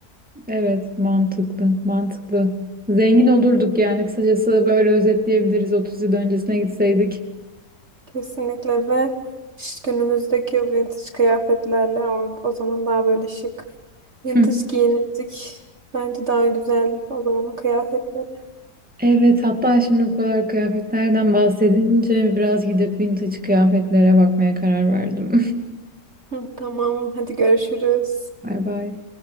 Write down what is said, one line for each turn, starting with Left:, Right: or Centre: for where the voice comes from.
Centre: Evet, mantıklı, mantıklı. Zengin olurduk yani kısacası böyle özetleyebiliriz 30 yıl öncesine gitseydik.
Right: Kesinlikle ve ş- günümüzdeki vintage kıyafetlerle or- o zaman daha böyle şık vintage
Centre: <laughs>
Right: giyinirdik. Bence daha güzel o zamanın kıyafetleri.
Centre: Evet, hatta şimdi bu kadar kıyafetlerden bahsedince biraz gidip vintage kıyafetlere bakmaya karar verdim.
Right: Hı, Tamam, hadi görüşürüz.
Centre: <laughs> Bay bay.